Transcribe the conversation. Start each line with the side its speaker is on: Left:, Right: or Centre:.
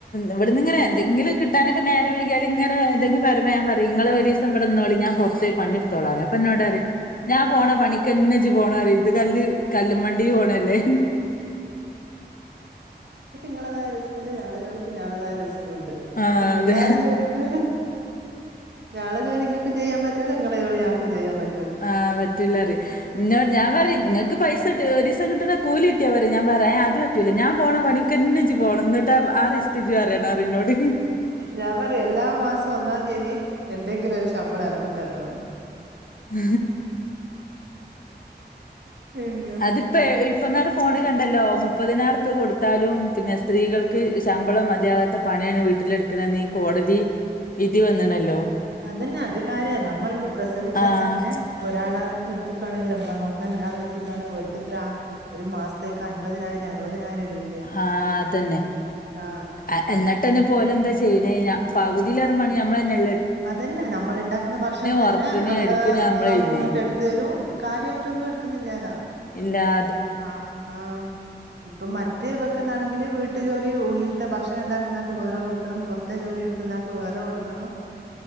Left: ഇവിടുന്ന് ഇങ്ങനെ എന്തെങ്കിലും കി ട്ടാനൊക്കെ നേര വൈകിയാല്, ഇങ്ങന എന്തെങ്കില പറയുമ്പ ഞാ പറയും. ഇങ്ങളെ ഒരിസം വിടന്ന് നിന്നോളി ഞാനാ പൊറത്തോയി പണി ത്തോളാ, പ്പന്നോട് പറയും ഞാപോണ പണിക്കന്നജ് പോണ ഇത് കല്ല് കല്ല് <unintelligible> പോണല്ലേ
Right: ങ്ങളതായ റിസ്ക്ണ്ട്. ഞങ്ങളുടെ ജോലിക്ക് ഞങ്ങളതായ റിസ്കും ഉണ്ട്.
Left: ആ
Right: എല്ലാരും
Left: അതെ
Right: ജോലിക്ക് ഞങ്ങളെ ജോലി ഇങ്ങൾക്കും ചെയ്യാൻ പറ്റൂല, ങ്ങളെ ജോലി ഞങ്ങൾക്കും ചെയ്യാൻ പറ്റുല്ല.
Left: ആഹ പറ്റൂലറി. ഇന്ന ഞാൻ പറ നിങ്ങക്ക് പൈസ <unintelligible> ഒരിസം കിട്ടണ കൂലീ കീട്ടിയാ പോരെ. ഞാൻ പറയാ അത് പറ്റൂല ഞാൻ പോണ പണിക്കന്നെ ജ് പോണം എന്നിട്ട് ആ റിസ്ക് ജ് റിയണം, പറയു ന്നോട്.
Right: ഞാൻ പറയും എല്ലാ മാസം ഒന്നാം തീയതി എന്തെങ്കിലും ഒരു ശമ്പളം അനക്കും തരണംന്ന്.
Left: ഉ
Right: പിന്നെ
Left: അതിപ്പോ
Right: ഉം.
Left: ഇപ്പന്നര ഫോണി കണ്ടല്ലോ മുപ്പതിനാറ്പ്യാ കൊടുത്ത എത്താലും പിന്നെ സ്ത്രീകൾക്ക് ശമ്പളം മതിയാകത്ത പണിയാണ് വീട്ടില എടുക്കണനി കോടതി വിധി വന്നണല്ലോ
Right: അതന്നെ അത് കാര്യ, നമ്മളിപ്പൊ പ്രസവിച്ചാൽ
Left: ആഹ്
Right: തന്നെ ഒരാളെ നിർപ്പിക്കുയാണെങ്കിൽ നമ്മളെ നോക്ക <unintelligible> എത്തിക്കാണ് ഒരിക്കത്ര, ഒരു മാസത്തേക്ക് അൻപതിനായിരം അറുപതിനായിരം രൂപയാ
Left: ആ അതന്നെ
Right: ആ
Left: ആ എന്നിട്ട് പെട്ടെന്നെ പോലെന്തോ ചെയ്യനെന പകുതിലേറെ പണി നമ്മൾ തന്നെ
Right: അതന്നെ നമ്മൾ ഉണ്ടാക്കുന്ന ഭക്ഷണം തന്നെ
Left: ഒറക്കണ്
Right: ആവാ
Left: എടുക്കണ് നമ്മള്
Right: ആ
Left: ചെയ്യണേ.
Right: നമുക്ക് എടുത്ത് തരും കാര്യയി ട്ടൊന്നും എടുക്കുന്നില്ലാലാ
Left: ഇല്ലാ
Right: ആഹ് ഹാ ഇപ്പം മറ്റെ ഇവെക്കന്നാണെങ്കില് വീട്ടു ജോലി ഉള്ളിലത്തെ ഭക്ഷണം ഉണ്ടാക്കുന്നതക്ക് വേറെ കൊടുക്കണം പുറത്തെ ജോലി എടുക്കുന്നക്ക് വേറെ കൊടുക്കണോ